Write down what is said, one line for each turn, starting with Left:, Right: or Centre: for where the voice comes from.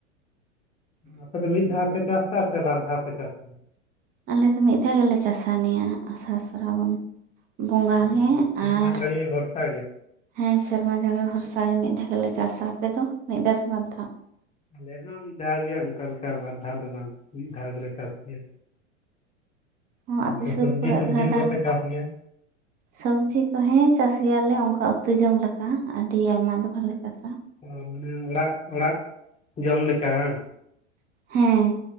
Left: ᱟᱯᱮ ᱫᱚ ᱢᱤᱫ ᱫᱷᱟᱣ ᱯᱮ ᱪᱟᱸᱥᱟ ᱥᱮ ᱵᱟᱨ ᱫᱷᱟᱣ ᱯᱮ ᱪᱟᱥᱟ?
Right: ᱟᱞᱮ ᱫᱚ ᱢᱤᱫ ᱫᱷᱟᱣ ᱜᱮᱞᱮ ᱪᱟᱥᱟ ᱱᱤᱭᱟᱹ ᱟᱥᱟᱲ ᱥᱨᱟᱵᱚᱱ᱾ ᱵᱚᱸᱜᱟ
Left: ᱚᱱᱟ
Right: ᱜᱮ
Left: ᱥᱮᱨᱢᱟ
Right: ᱟᱨ
Left: ᱡᱟᱹᱲᱤ ᱵᱷᱚᱨᱥᱟ ᱜᱮ
Right: ᱦᱮᱸ ᱥᱮᱨᱢᱟ ᱡᱷᱟᱹᱲᱤ ᱵᱷᱚᱨᱥᱟ ᱜᱮ ᱢᱤᱫ ᱫᱷᱟᱣ ᱜᱮᱞᱮ ᱪᱟᱸᱥᱟ᱾ ᱟᱯᱮ ᱫᱚ ᱢᱤᱫ ᱫᱷᱟᱣ ᱥᱮ ᱵᱟᱨ ᱫᱷᱟᱣ?
Left: ᱟᱞᱮ ᱦᱚᱸ ᱢᱤᱫ ᱫᱷᱟᱣ ᱜᱮ ᱚᱱᱠᱟ ᱞᱮᱠᱟ, ᱵᱟᱨ ᱫᱷᱟᱣ ᱫᱚ ᱵᱟᱝ ᱢᱤᱫ ᱫᱷᱟᱣ ᱜᱮᱞᱮ ᱪᱟᱥ ᱜᱮᱭᱟ᱾
Right: ᱚᱸ ᱟᱯᱮ
Left: ᱟᱫᱚ
Right: ᱥᱩᱨ
Left: ᱥᱚᱵᱽᱡᱤ
Right: ᱠᱚᱨᱮ
Left: ᱥᱚᱵᱽᱡᱤ
Right: ᱜᱟᱰᱟ
Left: ᱠᱚᱫᱚ ᱯᱮ ᱪᱟᱥ ᱜᱮᱭᱟ
Right: ᱥᱚᱵᱽᱡᱤ ᱠᱚ ᱦᱮᱸ ᱪᱟᱥ ᱜᱮᱭᱟᱞᱮ ᱚᱱᱠᱟ, ᱩᱛᱩ ᱡᱚᱢ ᱞᱮᱠᱟ ᱟᱹᱰᱤ ᱟᱭᱢᱟ ᱫᱚ ᱵᱟᱞᱮ ᱪᱟᱥᱟ᱾
Left: ᱚ ᱢᱟᱱᱮ ᱚᱹᱲᱟᱜ-ᱚᱹᱲᱟᱜ ᱡᱚᱢ ᱞᱮᱠᱟ ᱵᱟᱝ?
Right: ᱦᱮᱸ᱾